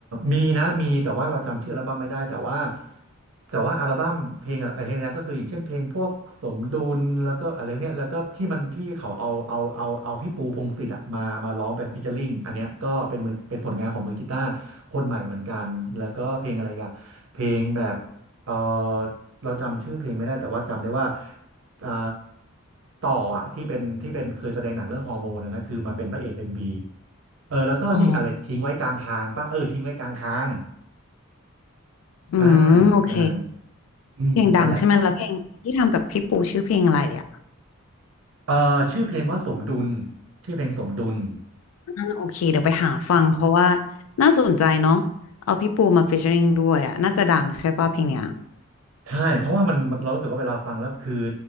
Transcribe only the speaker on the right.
มีนะมีแต่ว่าเราจำชื่ออัลบั้มไม่ได้แต่ว่าแต่ว่าอัลบั้มเพลงอะไรเพลงนั้นก็คืออย่างเช่นเพลงพวกสมดุลแล้วก็อะไรเนี่ยแล้วก็ที่มันที่เขาเอาเอาเอาเอาพี่ปูพงษ์สิทธิ์อะมามาร้องเป็นฟีเจอริ่งอันเนี้ยก็เป็นมือเป็นผลงานของมือกีตาร์คนใหม่เหมือนกันแล้วก็เพลงอะไรอีกันเพลงแบบเออเราจำชื่อเพลงไม่ได้แต่ว่าจำได้ว่าอ่าต่ออะที่เป็นที่เป็นเคยแสดงหนังเรื่องฮอร์โมนอะนะคือมาเป็นพระเอกเอ็มวี เออแล้วก็นี่อะไรทิ้งไว้กลางทางป่ะเออทิ้งไว้กลางทาง
อ่าอ่าอืมนั่นแหละ
เออชื่อเพลงว่าสมดุลชื่อเพลงสมดุล
ใช่เพราะว่ามันมันเรารู้สึกว่าเวลาฟังแล้วคือ